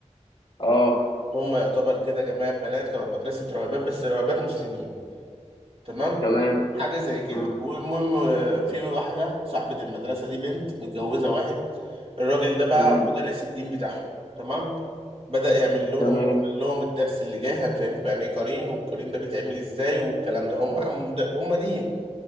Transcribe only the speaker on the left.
اه
تمام
مم.
مم.
تمام